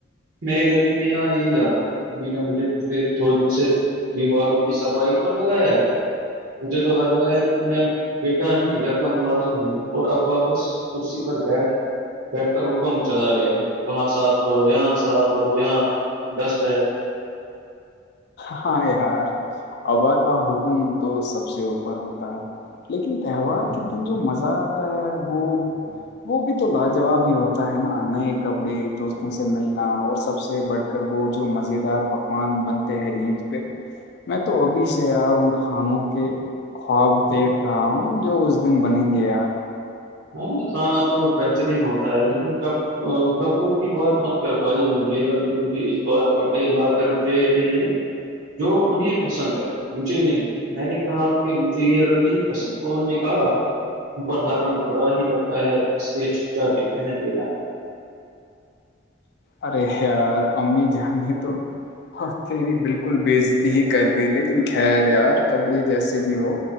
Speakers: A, on the right (about 80°); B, on the left (about 55°).
A: میرے گھر میں بھی یہاں یہی یاد ہے امی نےا مجھے پچھلے دو دن سے دیواروں کی صفائی پر لگایا ہے مجھے تو لگ رہا ہے کہ میں بیٹا نہیں گھر کا ملازم ہوں اور اب واپس کرسی پر بیٹھ بیٹھ کر حکم چلا رہے ہے وہاں صاف کرو یہاں صاف کرو یہاں ڈسٹ ہے
B: ہاں یار ابا کا حکم تو سب سے اوپر ہوتا ہے لیکن تہوار کے دن جو مزہ آتا ہے وہ وہ بھی تو لاجواب ہی ہوتا ہے نا نئے کپڑے دوستوں سے ملنا اور سب سے بڑ وہ جو مزے دار پکوان بنتے ہیں عید پہ میں تو ابھی سے یار ان کھانوں کے خواب دیکھ رہا ہوں جو اس دن بنیں گے یار
A: ہاں کھانا تو بہترین ہوتا ہے لیکن کب ا کپڑوں کی بات مت کر پائی ابھی مجھے اس بار کپڑے لا کر دے رہی ہے جو انہیں پسند ہے مجھے نہیں میں نے کہا کہ مجھے یہ رنگ نہیں پسند تو انہوں نے کہا اوپر ہر رنگ برا ہی لگتا ہے اس لیے چھپچا پی پہن دینا
B: ارے ار امی جان ہیں تو ہاں تری بالکل بےزتی ہی کر دی لیکن خیر یار کپڑے جیسے بھی ہو